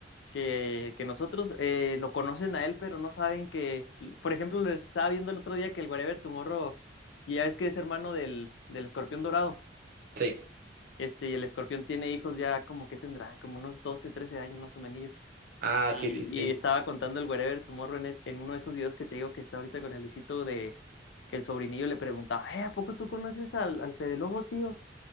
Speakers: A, on the left (about 70°); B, on the right (about 50°).
A: que, que nosotros eh, lo conocen a él, pero no saben que, por ejemplo, lo estaba viendo el otro día que el Wherever Tomorrow, y ya ves que es hermano del, del Escorpión Dorado.
B: Sí.
A: Este, y el escorpión tiene hijos ya como que tendrán, como unos 12, 13 años más o menos.
B: Ah,
A: Y,
B: sí, sí, sí.
A: y estaba contando el Wherever Tomorrow en, es- en uno de esos videos que te digo que está ahorita con el Luisito de que el sobrinillo le preguntaba, eh, ¿a poco tú conoces al, al Fede Lobo, tío?